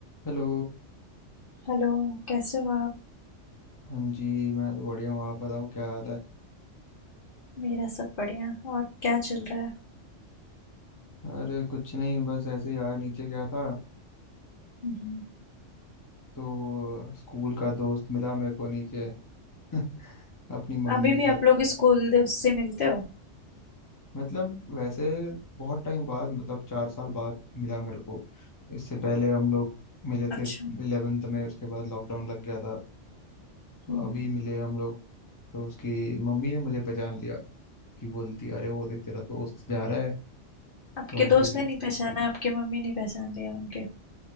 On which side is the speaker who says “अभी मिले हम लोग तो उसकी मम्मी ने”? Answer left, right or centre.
Left